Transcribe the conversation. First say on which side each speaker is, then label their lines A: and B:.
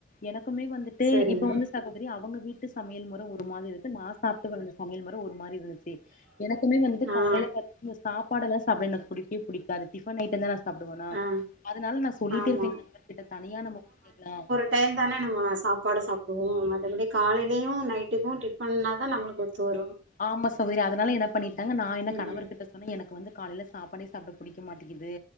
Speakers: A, on the left; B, on the right.
A: எனக்குமே வந்து டு
B: சரிங்க
A: இப்ப வந்து சகோதரி அவங்க வீட் டு சமையல் முற ஒரு மாதிரி இருக்கு நா சாப்டு வழந்த சமையல் முற ஒரு மாரி இருந்துச்சு எனக்குமே வந்துட்டு
B: ஆ
A: காலையில பாத் இந்த சாப்பாடுலா சாப்பட எனக்கு பிடிக்கவே பிடிக்காது டிஃபன் ஐட்டம் தா சாப்டுவனா
B: ஆ
A: அதனால நா சொல்லிட்டே
B: ஆமா
A: இருப்ப என் கணவர் கிட்ட தனியா நம்ம போயிரலா
B: டைய தானே நம்ம சாப்பாடு சாப்டுவோ மத்தபடி காலையிலயு நைட்டுக்கு டிஃபன்ன தா நம்மளுக்கு ஒத்து வரு
A: ஆமா சகோதரி அதனால என்ன பண்ணிட்டாங்க நா என்ன
B: ம்
A: கணவர் கிட்ட ஆனா எனக்கு வந்து காலையில சாப்பாடே சாப்ட பிடிக்க மாட்டகிது